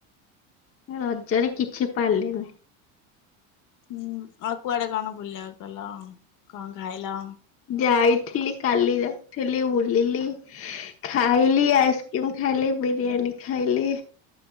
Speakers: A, on the left (about 35°); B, on the left (about 50°).
A: ରଜରେ କିଛି ପାରିଲନି।
B: ହୁଁ ଆଉ କୁଆଡେ କଣ ବୁଲିବାକୁ ଗଲ କଣ ଖାଇଲ।
A: ଯାଇଥିଲି କାଲି ଯାଇଥିଲି ବୁଲିଲି। ଖାଇଲି ଆଇସ୍କ୍ରିମ୍ ଖାଇଲି ବିରିୟାନୀ ଖାଇଲି,